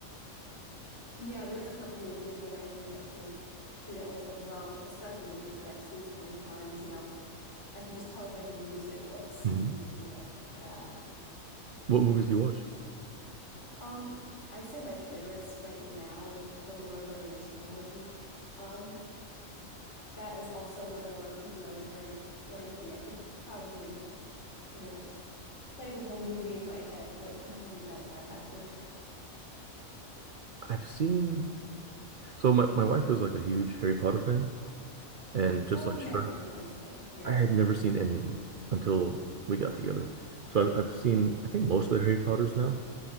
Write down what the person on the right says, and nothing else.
hmm
What movies do you watch?
I've seen so my, my wife is like a huge Harry Potter fan, and just
like
Shrek,
I had never seen any of them until we got together. So I, I've seen I think most of the Harry Potters now,